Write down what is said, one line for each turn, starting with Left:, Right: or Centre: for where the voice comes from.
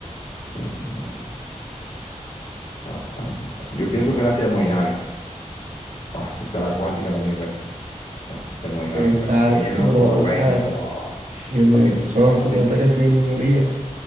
Left: Termo- joda, cuántica. Yo pienso que la termodinámica. Joda, es que está la cuántica también. Bueno, eh, termodinámica.
Right: Exacto,
Left: Estoy en lo
Right: bro,
Left: correcto.
Right: exacto. Tiene
Left: Papi,
Right: razón,
Left: estoy- papi,
Right: se nota que estudia ingeniería.